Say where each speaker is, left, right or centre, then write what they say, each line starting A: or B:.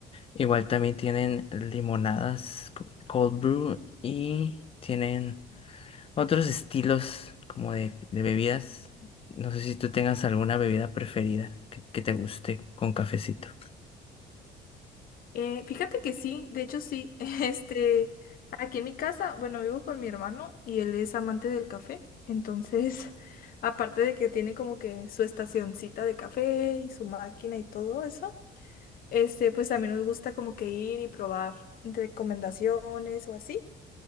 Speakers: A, on the left; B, on the left.
A: Igual también tienen limonadas, co- cold brew y tienen otros estilos como de, de bebidas. No sé si tú tengas alguna bebida preferida que, que te guste con cafecito.
B: Eh, fíjate que sí, de hecho sí. <laughs> Este, aquí en mi casa, bueno, vivo con mi hermano y él es amante del café. Entonces, <laughs> aparte de que tiene como que su estacioncita de café y su máquina y todo eso, este, pues también nos gusta como que ir y probar recomendaciones o así.